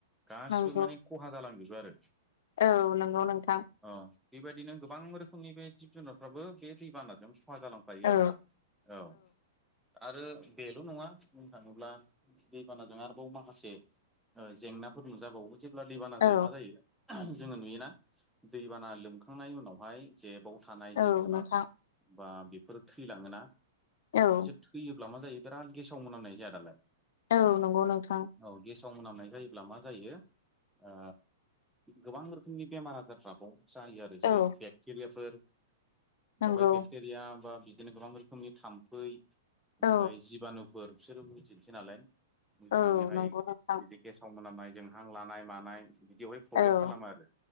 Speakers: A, in the centre; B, on the left (about 65°).
A: गासिबो
B: नंगौ
A: माने खहा जालांजोबो आरो
B: औ नोंगौ नोंथां।
A: अ बेबायदिनो गोबां रोखोमनि बे जिब जुनारफ्राबो बे दैबानाजों खहा जालां फायो
B: औ
A: आरो ना औ आरो बेल नङा बुंनो थाङोब्ला दैबानाजों आरोबाव माखासे ओ जेंनाफोर नुजाबावो जेब्ला दैबाना
B: औ
A: जायो मा जायो जोङो नुयोना दैबाना लोमखांनायनि उनावहाय जेबाव थानाय
B: औ
A: जिब जुनार
B: नोंथां
A: बा बेफोरो थैलाङोना
B: औ।
A: बिसोर थैयोब्ला मा जायो बिराद गेसाव मोनामनाय जाया दालाय?
B: औ नंगौ नोंथां।
A: औ गेसाव मोनामनाय जायोब्ला मा जायो ओ गोबां रोखोमनि बेमार आजारफ्राबाव जायो आरो
B: औ
A: जेरै बेक्टेरियाफोर
B: नंगौ
A: बावहाय बेक्टेरिया बा बिदिनो गोबां रोखोमनि थाम्फै ओमफ्राय
B: औ
A: जिबानु फोर बिसोरो बुजिनसै नालाय बुजिनानैहाय
B: औ नंगौ नोंथां
A: बिदि गेसाव मोनामनाय जोंहां लानाय मानाय बिदियावहाय प्रब्लेम
B: औ
A: खालामो आरो